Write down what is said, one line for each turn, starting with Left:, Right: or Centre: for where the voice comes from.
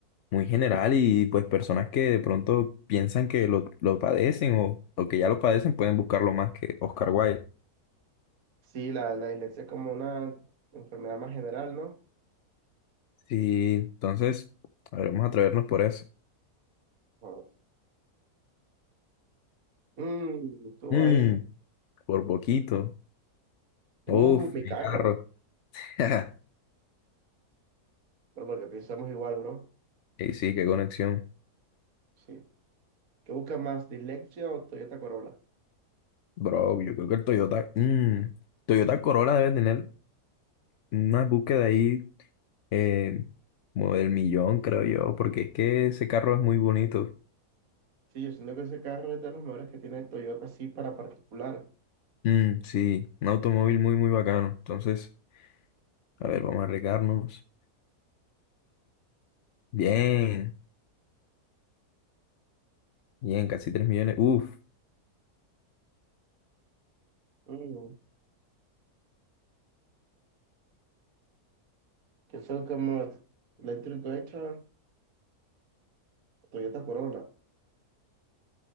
Left: muy general y pues personas que de pronto piensan que lo, lo padecen o, o que ya lo padecen pueden buscarlo más que Oscar Wilde.
Right: Sí, la, la dislexia es como una enfermedad más general, ¿no?
Left: Sí, entonces, a ver, vamos a atrevernos por eso.
Right: Ah. Mm, estuvo
Left: Mm,
Right: ahí.
Left: Por poquito. Uf,
Right: Uh, mi
Left: mi
Right: carro.
Left: carro. <laughs>
Right: No, porque pensamos igual, bro.
Left: Y sí, qué conexión.
Right: Sí. ¿Qué busca más, dislexia o Toyota Corolla?
Left: Bro, yo creo que el Toyota, mm, Toyota Corolla debe tener una búsqueda ahí eh, como del millón, creo yo, porque es que ese carro es muy bonito.
Right: Sí, yo siento que ese carro es de los mejores que tiene Toyota, sí, para particular.
Left: Mm, sí, un automóvil muy, muy bacano. Entonces, a ver, vamos a arriesgarnos. Bien, bien, casi 3 millones. Uf.
Right: Mm, Yo soy como Electric Guitar, Toyota Corolla.